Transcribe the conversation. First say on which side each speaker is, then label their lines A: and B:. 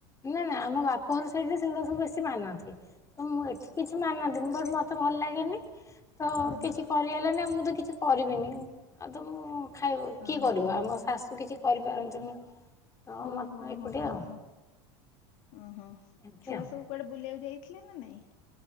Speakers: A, on the left; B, on the left.
A: ନା ନା ଆମ ବାପଘର ସାଇଟିରେ ସେଗୁଡା ସବୁ ବେଶୀ ମାନନ୍ତି ତ ମୁଁ ଏଠି କିଛି ମାନନ୍ତିିନି ବଟ ମତେ ଭଲ ଲାଗେନି ତ
B: ଓହୋ
A: କିଛି କରିହେଲାନି ଆଉ ମୁଁ ତ କିଛି କରିବିନି ଆଉ ତ ମୁଁ ଖାଇବ କିଏ
B: ଓହୋ
A: କରିବ ଆମ ଶାଶୁ କିଛି କରିପାରନ୍ତିନି। ତ
B: ଓହୋ
A: ମତ ଏକୁଟିଆ ଆଉ।
B: ଓହୋ ଓହୋ
A: ଏମିତି
B: ଛୁଆ
A: ଆଉ
B: ସବୁ କୁଆଡେ ବୁଲିବାକୁ ଯାଇଥିଲେ ନା ନାଇଁ।